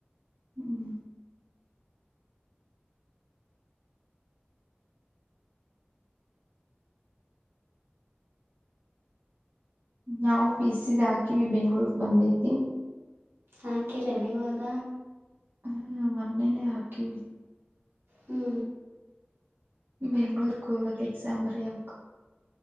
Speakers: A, on the right; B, on the right.
A: ಹ್ಮ್ ನಾವು ಪಿಸಿದ್ ಹಾಕಿವಿ ಬೆಂಗಳೂರು ಬಂದೈತಿ
B: ಹಾಕಿರೇನ್ ಇವಾಗ
A: ಹ್ಮ ಮೊನ್ನೇನೇ ಹಾಕಿವಿ
B: ಹ್ಞೂ
A: ಬೆಂಗಳೂರು ಹೋಗ್ಬೇಕು ಎಕ್ಸಾಮ್ ಬರಿಯಕ್ಕ